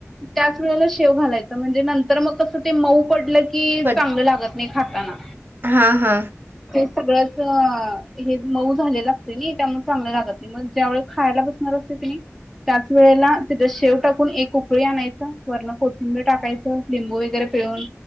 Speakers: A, in the centre; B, on the right.
A: त्याच वेळेला शेव घालायचं म्हणजे नंतर मग कसं ते मऊ पडलं की
B: पड
A: चांगलं लागत नाही खाताना
B: हा हा
A: ते सगळंच हे मऊ झालेलं असते नाही त्यामुळे चांगलं लागत नाही मग ज्यावेळी खायला बस नार असतो की नाही त्याच वेळेला तिचा शेव टाकून एक उकळी आणायचं वरला कोथिंबीर टाकायचं लिंबू वगैरे पिळून